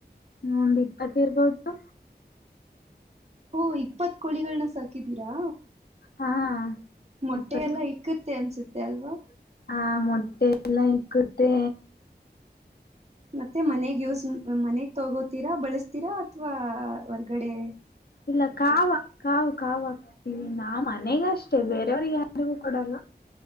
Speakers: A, on the left (about 65°); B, on the right (about 40°).
A: ಒಂದು್ ಇಪ್ಪತ್ತ ಇರ್ಬೋದು
B: ಓ ಇಪ್ಪತ್ ಕೋಳಿಗಳನ್ನ ಸಾಕಿದೀರಾ
A: ಹಾ
B: ಮೊಟ್ಟೆಲ್ಲ
A: ಇಪ್ಪತ್
B: ಇಕ್ಕುತ್ತೆ ಅನ್ಸುತ್ತೆ ಅಲ್ವಾ
A: ಹಾ ಎಲ್ಲಾ ಇಕ್ಕಟ್ಟೇ
B: ಮತ್ತೆ ಮನೆಗ್ ಯೂಸ್ ಮನೆಗ್ ತಗೋತೀರಾ ಬಳಸ್ತೀರಾ ಕವಾ ವರ್ಗಡೆ
A: ಇಲ್ಲ ಕಾವ ಕವು ಕಾವ ಇ ನಾ ಮನೆಗ ಅಷ್ಟೇ ಬೇರೆಯವ್ರಿಗೆ ಯಾರಿಗೂ ಕೊಡಲ್ಲ